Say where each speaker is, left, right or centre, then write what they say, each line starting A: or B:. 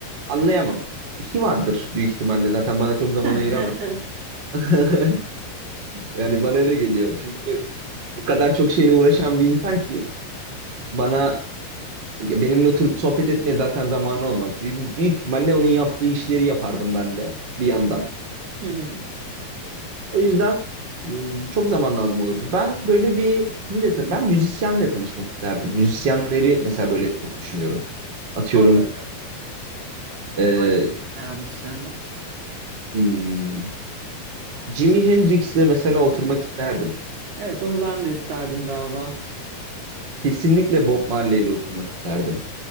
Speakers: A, on the right (about 30°); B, on the right (about 80°).
A: anlayamam. İşi vardır büyük ihtimalle. Zaten bana çok zaman
B: <laughs>
A: ayıramaz. <laughs> Yani bana öyle geliyor. Çünkü o kadar çok şeyle uğraşan bir insan ki bana ya benimle oturup sohbet etmeye zaten zamanı olmaz. Büy- Büyük ihtimalle onun yaptığı işleri yapardım ben de bir yandan.
B: Hı hı.
A: O yüzden m, çok zaman lazım olurdu. Ben böyle bir kimle tan- ben müzisyenle tanışmak isterdim. Müzisyenleri mesela böyle çok düşünüyorum. Atıyorum
B: Anladım.
A: e,
B: Hangi mesela müzisyenler?
A: m, Jimi Hendrix'le mesela oturmak isterdim.
B: Evet onu ben de isterdim galiba.
A: Kesinlikle Bob Marley'le oturmak isterdim.